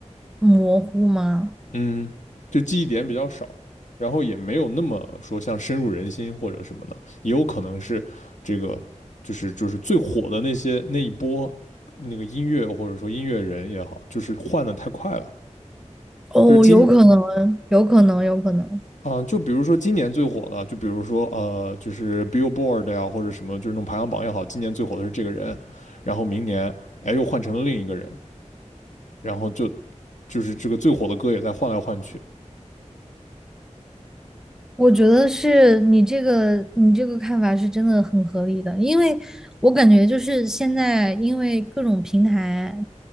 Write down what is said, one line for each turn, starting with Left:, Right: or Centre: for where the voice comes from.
Centre: 模糊吗？
Left: 嗯，就记忆点比较少，然后也没有那么说像深入人心或者什么的，也有可能是这个就是就是最火的那些那一波那个音乐或者说音乐人也好，就是换的太快了。
Centre: 哦，
Left: 就是今
Centre: 有可能，有可能，有可能。
Left: 嗯，就比如说今年最火的，就比如说呃，就是 Billboard 呀，或者什么，就是那种排行榜也好，今年最火的是这个人，然后明年哎又换成了另一个人，然后就就是这个最火的歌也在换来换去。
Centre: 我觉得是你这个你这个看法是真的很合理的，因为我感觉就是现在因为各种平台，